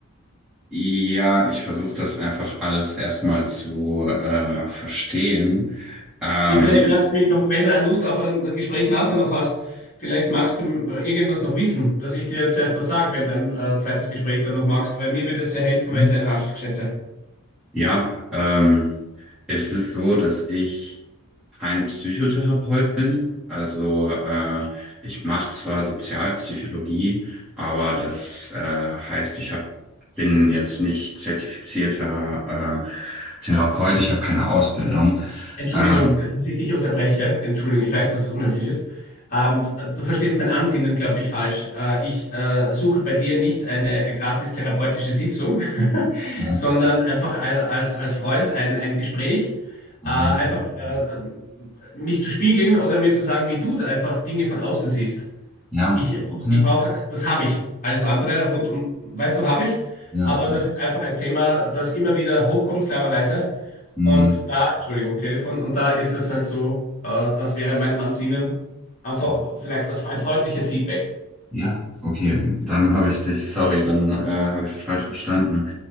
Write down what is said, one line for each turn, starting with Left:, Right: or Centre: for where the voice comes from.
Centre: Ja, ich versuche das einfach alles erstmal zu äh, verstehen. Ähm,
Left: Ja, vielleicht
Centre: Ja.
Left: magst du mich noch, wenn du Lust auf ein Gespräch nachher noch hast, vielleicht magst du m- irgendwas noch wissen, dass ich dir zuerst was sage, wenn du ein äh, zweites Gespräch dann noch magst, weil mir würde es sehr helfen,
Centre: Ähm,
Left: weil ich deinen Ratschlag schätze.
Centre: ja, ähm, es ist so, dass ich kein Psychotherapeut bin. Also äh, ich mache zwar Sozialpsychologie, aber das äh, heißt, ich hab, bin jetzt nicht zertifizierter äh, Therapeut, ich habe keine Ausbildung.
Left: Entschuldigung,
Centre: Ähm,
Left: äh, dass ich dich unterbreche. Entschuldigung, ich weiß, dass es unhöflich ist. Ähm, du verstehst mein Ansinnen, glaube ich, falsch. Äh, ich äh, suche bei dir nicht eine äh, gratis therapeutische Sitzung, <laughs>
Centre: ja,
Left: sondern einfach ein, als, als Freund ein, ein Gespräch,
Centre: ähm,
Left: äh, einfach äh, mich zu spiegeln oder mir zu sagen, wie du da einfach Dinge von außen siehst.
Centre: ja,
Left: Ich,
Centre: okay.
Left: ich brauche, das habe ich. Alles andere rund um, weißt du, habe ich.
Centre: Ja,
Left: Aber
Centre: ja.
Left: das ist einfach ein Thema, das immer wieder hochkommt, klarerweise.
Centre: Hm.
Left: Und da, Entschuldigung, Telefon, und da ist es halt so, äh, das wäre mein Ansinnen, einfach
Centre: so.
Left: vielleicht als ein freundliches Feedback.
Centre: Ja, okay, dann habe ich dich, sorry, dann äh, habe ich es falsch verstanden.